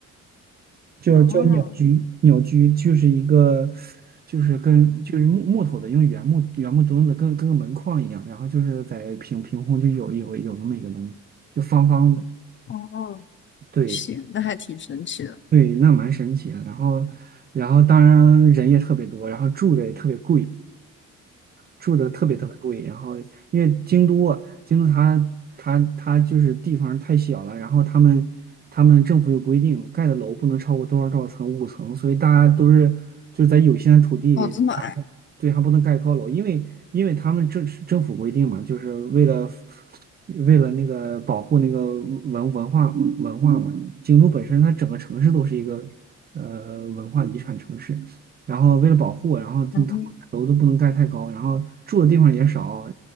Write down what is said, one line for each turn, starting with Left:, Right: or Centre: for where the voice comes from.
Right: 就就鸟居，
Left: 哦
Right: 鸟居就是一个，就是跟就是木木头的，用原木原木墩子跟跟个门框一样，然后就是在凭凭空就有有有那么一个东西，就方方的，
Left: 哦哦，
Right: 对
Left: 行，那还挺神奇的。
Right: 对，那蛮神奇的。然后然后当然人也特别多，然后住的也特别贵，住的特别特别贵。然后因为京都啊京都它它它就是地方太小了，然后他们他们政府有规定，盖的楼不能超过多少多少层，五层，所以大家都是就是在有限的土地里，
Left: 哦，这么矮。
Right: 还不对，还不能盖高楼，因为因为他们政政府规定嘛，就是为了。为了那个保护那个文文化文化嘛，京都本身它整个城市都是一个呃文化遗产城市。然后为了保护，然后他们楼都不能盖太高，
Left: 嗯，
Right: 然后住的地方也少，